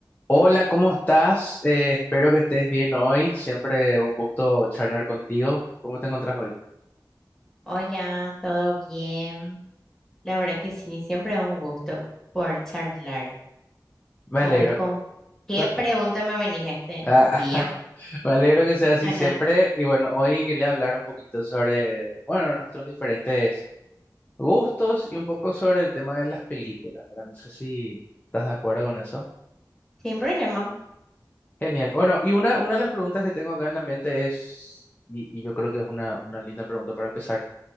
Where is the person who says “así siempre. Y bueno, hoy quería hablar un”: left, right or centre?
Left